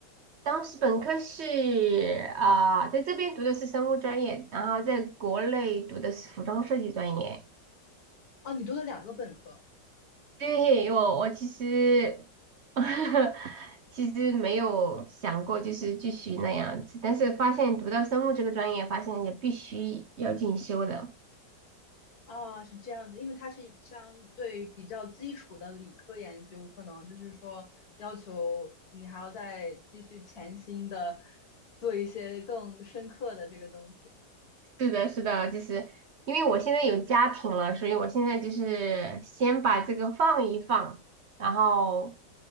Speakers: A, on the right; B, on the left.
A: 当时本科是啊、在这边读的是生物专业，然后在国内读的是服装设计专业。
B: 哦，你读了两个本科。
A: 对，我我其实 <laughs> 其实没有想过就是继续那样子，但是发现读到生物这个专业，发现也必须要进修的。
B: 啊，是这样子，因为它是相对比较基础的理科研究，可能就是说要求你还要再继续潜心的做一些更深刻的这个东西。
A: 是的，是的，就是因为我现在有家庭了，所以我现在就是先把这个放一放，然后